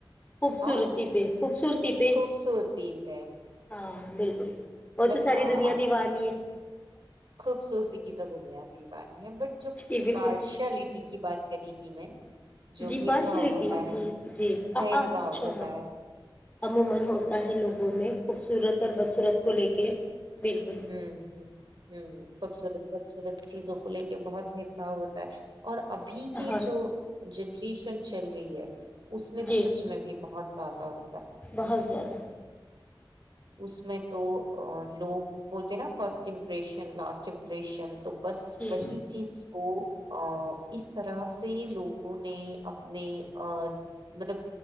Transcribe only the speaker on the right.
آ
خوبصورتی پہ
مطلب
آ،
آج
خوبصورتی کی تو دنیا دیوانی ہے بٹ جو
پارشلٹی کی بات ریتی میں جو
بھید
بھاؤ
ہوتا
ہے
بھید بھاؤ ہوتا ہے
ہ ہ ہ خوبصورت خوبصورت چیزوں کو لے کے بہت بھید باؤ ہوتا ہے اور ابھی کے
جو جن بھیشن چل رہی ہے اس میں تو
سچ میں بھی بہت زیادہ ہو
اس میں تو لوگ بولتے ہیں نا فرسٹ امپریشن لاسٹ امپریشن تو بس
وہی چیز کو ا اس طرح سے لوگوں نے اپنے ا مطلب